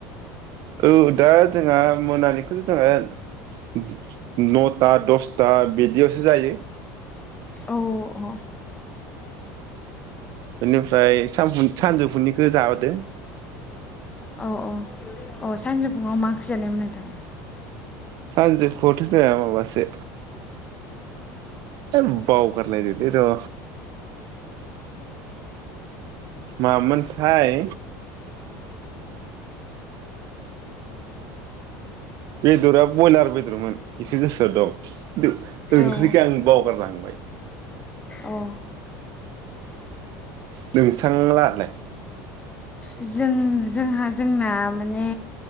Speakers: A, on the right; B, on the left.
A: औ दा जोंहा मोनानिखौ जोंहा न ता दस दस्था बिदियावसो जायो।
B: औ अ
A: बिनिफ्राय सानजु सानजौफुनिखौ जाहोबोदो।
B: औ अ सानजौफुआव मा ओंख्रि जानायमोन नोंथां?
A: सानजौफुथ' जोंङा माबासो है बावगारलायदोलै र' मामोनथाय? बेदरा बयलार बेदरमोन। एखो गोसोआव दं ओ ओंख्रिखो
B: औ
A: आं बावगारलांबाय।
B: औ
A: नोंथां लांहालाय?
B: जों जोंहा जोंना माने